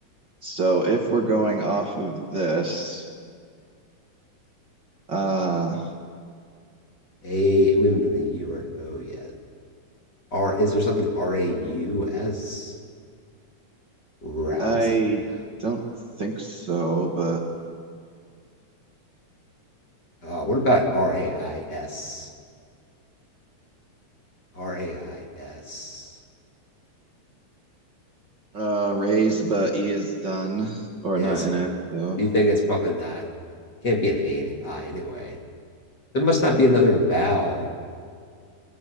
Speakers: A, on the right (about 40°); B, on the left (about 35°).
A: So if we're going off of this, uh,
B: A we haven't done the U or an O yet. R is there something R A U S? Rouse?
A: I
B: No.
A: don't think so, but
B: Uh, what about R A I S? R A I S.
A: uh, raise, but E is done or
B: Yes.
A: not in it. So
B: Do you think it's probably not? Can't be an A and I anyway. There must not be another vowel.